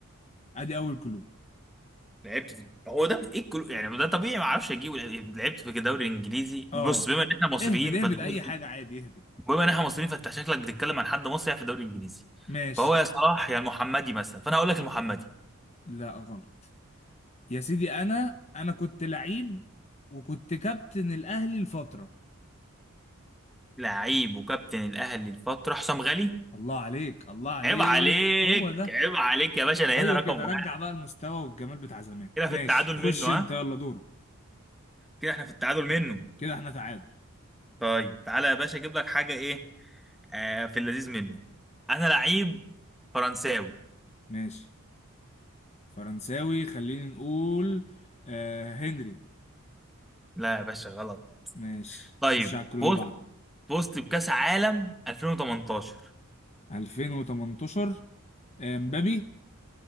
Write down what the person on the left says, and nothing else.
ادي اول كلو
اه
اهبد اهبد
اي
حاجه
عادي اهبد
ماشي
لا غلط يا سيدي انا انا كنت لعيب وكنت كابتن الاهلي لفتره
الله عليك الله عليك
هو ده
ايوه
كده رجع
بقى المستوى والجمال بتاع زمان
ماشي
خش
انت يلا دورك
كده احنا تعادل
ماشي فرنساوي خلينا نقول آه هنري
ماشي
خش على الكلو اللي
بعده
2018 آه، مبابي